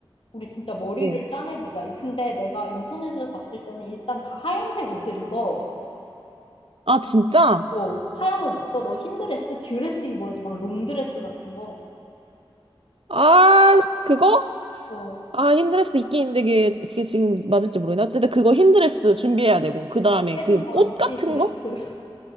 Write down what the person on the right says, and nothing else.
어.
아, 진짜?
아, 그거?
아, 흰드레스 있긴 있는데 그게, 그게 지금 맞을지 모르겠네. 어쨌든 그거 흰드레스 준비해야 되고. 그 다음에
그
꽃
같은
거?